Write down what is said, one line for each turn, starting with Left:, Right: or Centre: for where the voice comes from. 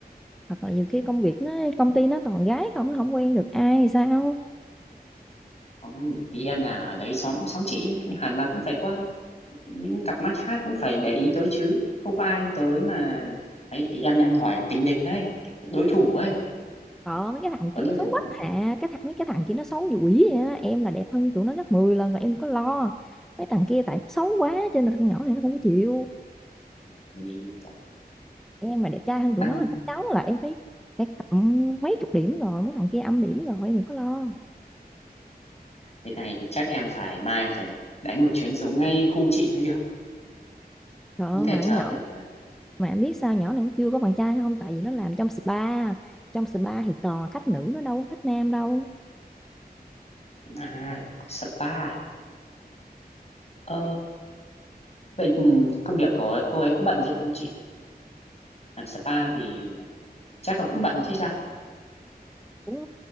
Centre: hoặc là nhiều khi công việc nó công ty nó toàn gái không nó không quen được ai thì sao
Left: không ý em là ở đấy xóm xóm chị hẳn là cũng phải có những cặp mắt khác cũng phải để ý tới chứ không có ai tới mà ấy em đang hỏi về tình địch đấy đối thủ ấy
Centre: Ờ, mấy cái thằng
Left: có
Centre: kia
Left: đối
Centre: nó
Left: thủ
Centre: xấu
Left: không
Centre: quá hả cái thằng mấy cái thằng kia nó xấu như quỷ vậy á em là đẹp hơn tụi nó gấp 10 lần rồi em có lo mấy thằng kia tại nó xấu quá cho nên con nhỏ này nó không có chịu
Left: thì
Centre: em mà đẹp trai hơn tụi
Left: ăn
Centre: nó là chắc chắn là em phải phải cộng mấy chục điểm rồi mấy thằng kia âm điểm rồi em đừng có lo
Left: thế này thì chắc em phải mai phải đánh một chuyến xuống ngay khu chị mới được
Centre: trời ơi,
Left: không thể
Centre: mà
Left: chờ
Centre: con nhỏ
Left: được rồi
Centre: mà em biết sao nhỏ này nó chưa có bạn trai không tại vì nó làm trong spa trong spa thì toàn là khách nữ nó đâu có khách nam đâu
Left: à có spa ờ vậy công việc của cô ấy có bận rộn không chị Làm spa thì chắc là cũng bận chứ sao
Centre: cũng